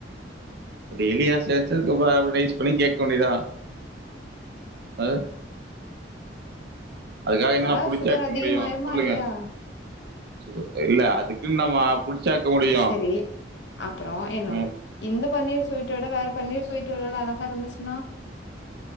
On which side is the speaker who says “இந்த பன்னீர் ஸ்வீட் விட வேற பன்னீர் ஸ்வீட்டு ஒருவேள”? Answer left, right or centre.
Left